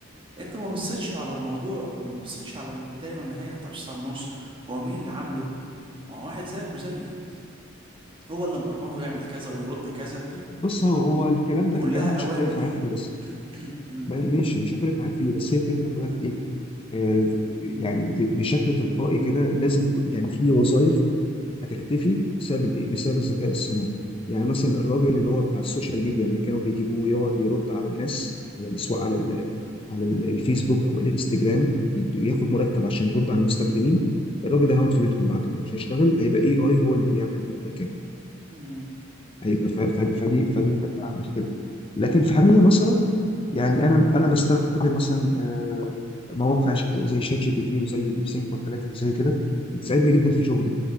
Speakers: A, on the right (about 25°); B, on the left (about 25°).
A: انت ما بصيتش على الموضوع ما بصيتش على البداية والنهاية انت بصيت على النص هو مين اللي عامله ما هو واحد زيك وزيي هو اللي مبرمجه يعمل كذا ويرد كذا
B: بص هو هو الكلام ده
A: وكلها
B: الكلام ده مش
A: اوامر
B: هختلف معاك فيه بس
A: <clears throat> مم.
B: ماشي مش هختلف معاك فيه بس هي الفكره كلها في ايه؟ آه يعني ب- بشكل تلقائي كده لازم ك- يعني في وظائف هتختفي بسبب الايه بسبب الذكاء الصناعي يعني مثلا الراجل اللي هو بتاع السوشيال ميديا اللي كانوا بيجيبوه ويقعد يرد على الناس على الاسواق على ال على ال- الفيسبوك او الانستجرام يد- ياخد مرتب عشان يرد على المستخدمين الراجل ده هيقعد في بيتهم بعد كده مش هيشتغل هيبقى اي اي هو اللي بيعمل مكانه
A: مم.
B: هيبقى ف- فدي فدي فدي هتبقى مشكله لكن في حاجه مثلا يعني انا انا بستخدم مثلا آه، مواقع ش- زي شات جي بي تي وزي ديب سينك والحاجات اللي زي كده بتساعدني جدا في شغلي